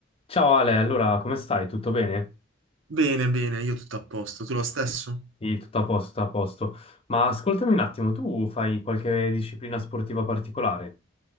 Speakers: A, on the left; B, on the right.
A: Ciao Ale, allora come stai? Tutto bene?
B: Bene, bene, io tutto a posto. Tu lo stesso?
A: Sì, tutto a posto, tutto a posto. Ma ascoltami un attimo, tu fai qualche disciplina sportiva particolare?